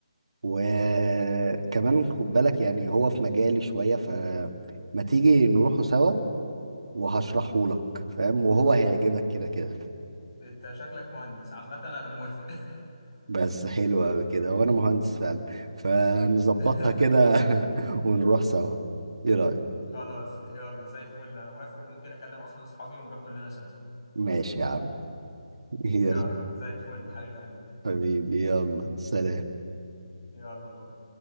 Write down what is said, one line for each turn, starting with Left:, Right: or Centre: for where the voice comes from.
Right: وكمان
Left: مم.
Right: خد بالك يعني هو في مجالي شوية فما تيجي نروحوا سوا وهشرحه لك فاهم وهو هيعجبك كده كده
Left: انت شكلك مهندس عامه انا موافق
Right: بس حلو قوي كده وانا مهندس فعلا فنظبطها
Left: <laughs>
Right: كده <laughs> ونروح سوا ايه رأيك
Left: خلاص يلا زي الفل انا موافق وممكن اكلم اصلا اصحابي ونروح كلنا سوا
Right: ماشي يا عم <laughs> يلا
Left: يلا زي الفل حبيب قلبي
Right: حبيبي يلا سلام
Left: يلا باي